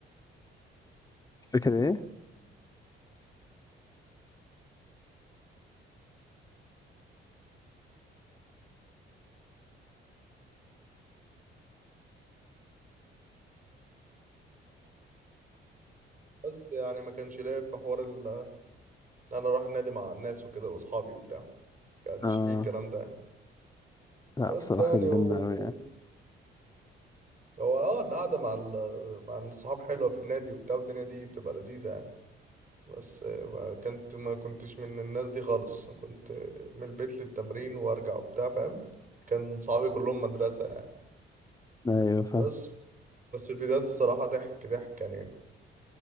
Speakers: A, on the left; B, on the right.
A: فاكر ايه؟
B: بس يعني ما كانش ليا في حوار ال... ان انا اروح النادي مع الناس وكده واصحابي وبتاع ما كانش
A: اه
B: فيه الكلام ده يعني
A: لا
B: بس
A: بصراحة
B: يعني
A: كانت
B: و...
A: جامدة أوي يعني
B: هو اه القعده مع ال... مع الصحاب حلوه في النادي وبتاع والدنيا دي بتبقى لذيذه يعني. بس آه، ما كنت ما كنتش من الناس دي خالص كنت آه، من البيت للتمرين وارجع وبتاع فاهم كان صحابي كلهم مدرسة يعني
A: ايوه فاهم
B: بس بس الفيديوهات الصراحة ضحك ضحك يعني